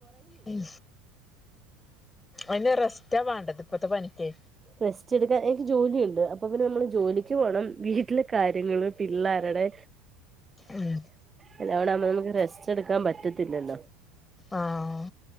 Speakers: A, on the left (about 15°); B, on the right (about 25°).
A: ഉം അയ്ന് റെസ്റ്റാ വേണ്ടത് ഇപ്പത്തെ പനിക്കേ
B: റസ്റ്റ് എടുക്കാൻ എനിക്ക് ജോലിയുണ്ട് അപ്പൊ പിന്നെ നമ്മള് ജോലിക്ക് പോണം വീട്ടിലെ കാര്യങ്ങള് പിള്ളാരുടെ
A: ഉം
B: അല്ല അവിടെയാവുമ്പൊ നമുക്ക് റെസ്റ്റ് എടുക്കാൻ പറ്റത്തില്ലല്ലോ
A: ആഹ്